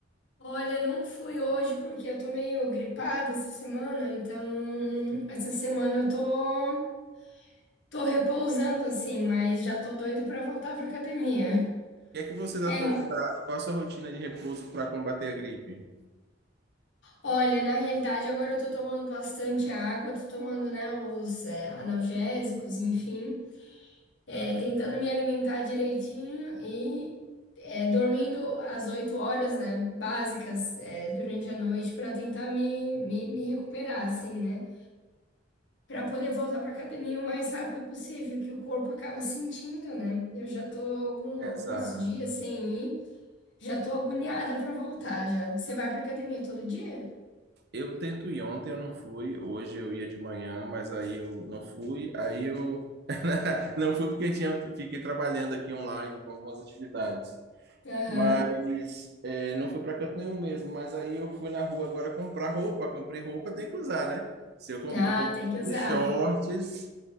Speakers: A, on the left; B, on the right.
A: Olha, não fui hoje porque eu tô meio gripada essa semana, então essa semana eu tô, tô repousando assim, mas já tô doido pra voltar pra academia.
B: que é que você tá,
A: É,
B: to- tá- qual a sua rotina de repouso para combater a gripe?
A: olha, na realidade agora eu tô tomando bastante água, tô tomando, né, os é, analgésicos, enfim. é, tentando me alimentar direitinho e é, dormindo as oito horas, né, básicas, é, durante a noite para tentar me, me, me recuperar, assim, né? Para poder voltar para academia o mais rápido possível, que o corpo acaba sentindo, né? Eu já tô algum, alguns
B: Exato.
A: dias sem ir, já tô agoniada para voltar já. Você vai para academia todo dia?
B: Eu tento ir ontem, eu não fui. Hoje eu ia de manhã, mas aí eu não fui. Aí eu <laughs> não fui porque tinha, fiquei trabalhando aqui online com algumas atividades.
A: Aham.
B: Mas é, não fui para canto nenhum mesmo. Mas aí eu fui na rua agora comprar roupa. Comprei roupa, tem que usar, né? Se eu comprei,
A: Ah,
B: comprei
A: tem que usar.
B: dois shorts,